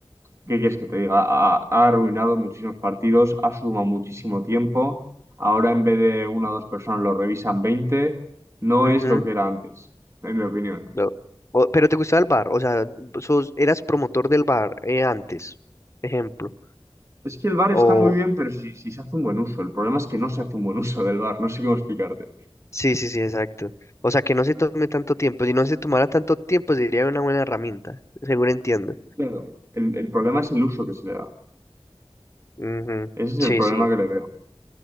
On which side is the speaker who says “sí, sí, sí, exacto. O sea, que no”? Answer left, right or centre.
Left